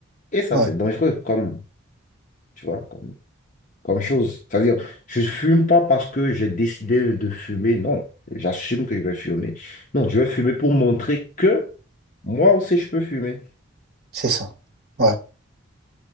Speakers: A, on the left; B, on the right.
A: Et ça,
B: ouais,
A: c'est dangereux, comme, tu vois, comme chose. C'est-à-dire, je fume pas parce que j'ai décidé de fumer. Non, j'assume que je vais fumer. Non, je vais fumer pour montrer que moi aussi je peux fumer.
B: c'est ça. Ouais.